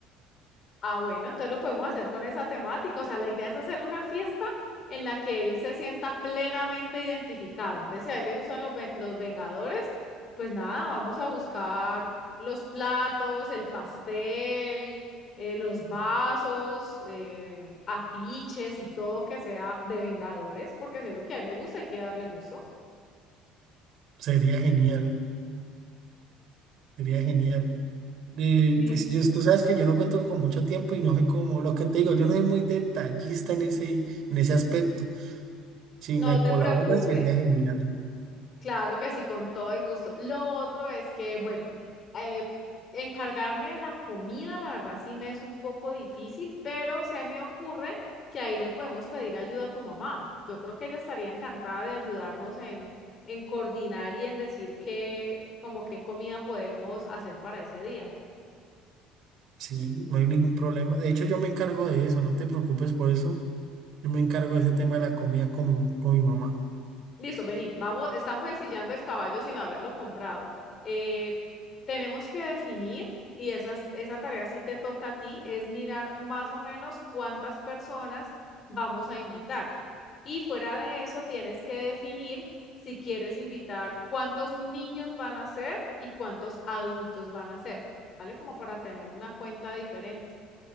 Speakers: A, on the left; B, on the right.
A: Ah, bueno, entonces lo podemos hacer con esa temática. O sea, la idea es hacer una fiesta en la que él se sienta plenamente identificado. Entonces, si a él le gustan los, ve- los Vengadores, pues nada, vamos a buscar los platos, el pastel, eh, los vasos, eh, afiches y todo que sea de Vengadores, porque si es lo que a él le gusta, hay que darle gusto.
B: Sería genial, sería genial. de-
A: Listo.
B: pues yo, tú sabes que yo no cuento con mucho tiempo y no soy como, lo que te digo, yo no soy muy detallista en ese, en ese aspecto. Si
A: No
B: me
A: te
B: colaboras
A: preocupes.
B: sería genial.
A: Claro que sí, con todo el gusto. Lo otro es que, bueno, eh, encargarme de la comida, la verdad sí me es un poco difícil, pero se me ocurre que ahí le podemos pedir ayuda a tu mamá. Yo creo que ella estaría encantada de ayudarnos en, en coordinar y en decir qué, como qué comida podemos hacer para ese día.
B: Sí, no hay ningún problema. De hecho, yo me encargo de eso, no te preocupes por eso. Yo me encargo de ese tema de la comida con, con mi mamá.
A: Listo, vení, vamos, estamos ensillando el caballo sin haberlo comprado. Eh, tenemos que definir, y esa, esa tarea sí te toca a ti, es mirar más o menos cuántas personas vamos a invitar. Y fuera de eso, tienes que definir si quieres invitar cuántos niños van a ser y cuántos adultos van a ser, ¿vale? Como para tener una cuenta diferente,